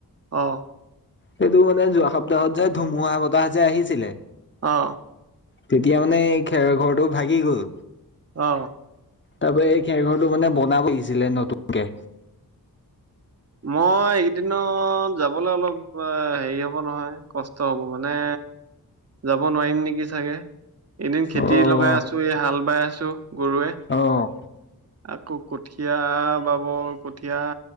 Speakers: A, on the right (about 40°); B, on the left (about 30°).
A: অ।
B: সেইটো মানে যোৱা সপ্তাহত যে ধুমুহা বতাহ যে আহিছিলে।
A: অ।
B: তেতিয়া মানে এই খেৰঘৰটো ভাগি গ'ল।
A: অ।
B: তাৰ পৰা এই খেৰ ঘৰটো মানে বনাব লাগিছিলে নতুনকে।
A: মই এইকেইদিনত যাবলে অলপ হেৰি হ'ব নহয় কষ্ট হ'ব। মানে যাব নোৱাৰিম নেকি চাগে। এইদিন খেতি
B: অ'
A: লগাই আছো, এই হাল বাই আছো। গৰুৱে।
B: অ'
A: আকৌ কঠীয়া বাব কঠীয়া